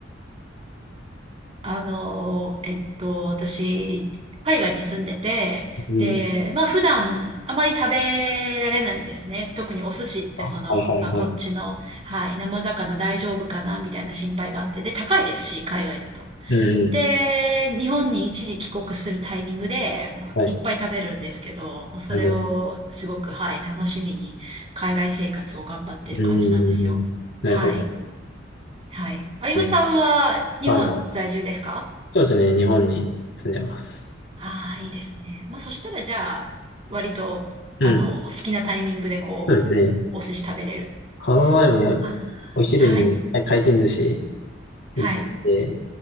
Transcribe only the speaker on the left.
うん。
あはいはいはい。
うんうん、
はい。
なるほど。
うん、なるほどで
すね。はいはい。そうですね。日本に住んでます。
うん。
そうですね。
この前も
お昼に回転寿司
行ってて、